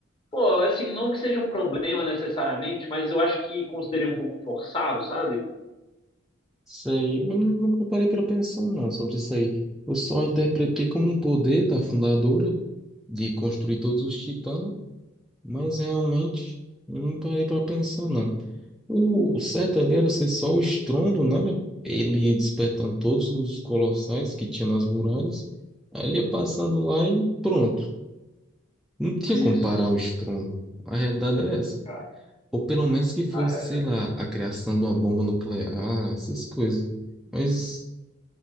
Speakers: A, on the left; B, in the centre.
A: Pô, assim, não que seja um problema necessariamente, mas eu acho que considerei um pouco forçado, sabe?
B: Isso aí, eu nu- nunca parei para pensar, não, sobre isso aí. Eu só interpretei como um poder da fundadora de construir todos os titãs, mas realmente eu não parei para pensar, não. O o certo ali era ser só o estrondo, né? Ele despertando todos os colossais que tinha nas muralhas. Aí ele ia passando lá e pronto. Não tinha
A: Isso,
B: como parar o estrondo. A realidade é essa.
A: cara,
B: Ou pelo menos que fosse,
A: a realidade.
B: sei lá, a criação de uma bomba nuclear, essas coisas. Mas